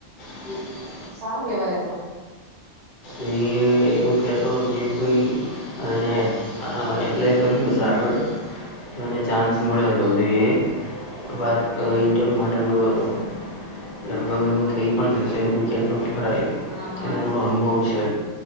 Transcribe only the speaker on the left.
હમ.
એ <unintelligible> એવું કહેતો હતો કે એવી કોઈ એને એ એપ્લાય કર્યું હશે આગળ મને ચાન્સ મળ્યો હતો,
તો
એ વાત ઇન્ટરવ્યૂ માટે મળ્યો હતો લગભગ એનું થઈ. પણ જશે એવું બી કેહતો હતો ખરા એ
એનો થોડો અનુભવ છે